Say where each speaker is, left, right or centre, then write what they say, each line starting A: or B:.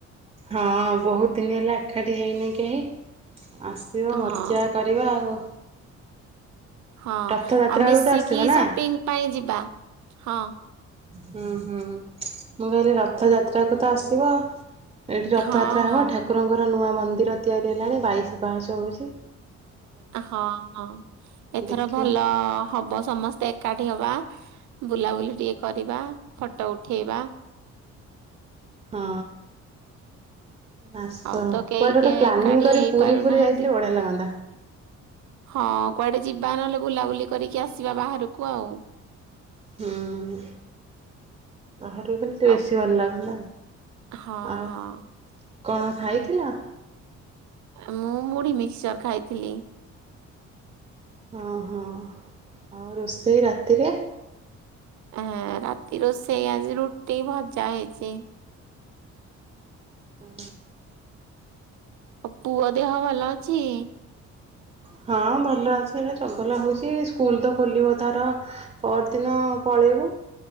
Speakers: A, on the right; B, on the right.
A: ହଁ ବହୁତ ଦିନ ହେଲା ଏଖାଠ ହେଇନି କେହି। ଆସିବ
B: ହଁ।
A: ମଜା କରିବା ଆଉ।
B: ହଁ
A: ରଥଯାତ୍ରା
B: ଆଉ ମିଶିକି
A: ବେଳକୁ ତ ଆସିବ ନା?
B: ସପିଙ୍ଗ ପାଇଁ ଯିବା ହଁ।
A: ହୁଁ ହୁଁ ମୁଁ କହିଲି ରଥଯାତ୍ରାକୁ ତ ଆସିବ। ଏଇଠି ରଥଯାତ୍ରା
B: ହଁ
A: ହବ
B: ହଁ
A: ଠାକୁରଙ୍କର ନୂଆ ମନ୍ଦିର ତିଆରି ହେଲାଣି ବାଇଶ ପାସ ହଉଛି।
B: ହଁ ହଁ ଏଥର
A: ଦେଖିବ
B: ଭଲ ହବ ସମସ୍ତେ ଏକାଠି ହବା। ବୁଲାବୁଲି ଟିକେ କରିବା ଫଟୋ ଉଠେଇବା।
A: ହଁ। ନା
B: ଆଉ ତ କେହି
A: କୁଆଡେ ଗୋଟେ
B: କେ
A: ପ୍ଲାନିଂ
B: ଏକାଠି
A: କରି
B: ହେଇ
A: ପୁରୀ
B: ପାରୁନାହାନ୍ତି।
A: ପୁରୀ ଯାଇଥିଲେ ବଢିଆ ଲାଗନ୍ତା।
B: ହଁ କୁଆଡେ ଯିବା ନହେଲେ ବୁଲାବୁଲି କରିକି ଆସିବା ବାହାରକୁ ଆଉ।
A: ହଁ। ବାହାରକୁ ଖଲେ
B: ଆଉ
A: ବେଶୀ ଭଲ ଲାଗନ୍ତା।
B: ହଁ
A: ଆଉ
B: ହଁ।
A: କଣ ଖାଇଥିଲ?
B: ମୁଁ ମୁଢି ମିକ୍ସଚର ଖାଇଥିଲି।
A: ହଁ ହଁ ଆଉ ରୋଷେଇ ରାତିରେ।
B: ହଁ ରାତି୍ରି ଓ ସେଇ ଆଜି ରୁଟ ଟେ ଭଜ୍ଜା ହେଇଛି।
A: ଆ।
B: ଆଉ ପୁଅ ଦେହ ଭଲ ଅଛି?
A: ହଁ ଭଲ ଅଛି ଏଟା ଚଗଲା ହଉଛି ସ୍କୁଲ ତ ଖୋଲିବ ତାର ପରଦିନ ପଳେଇବୁ।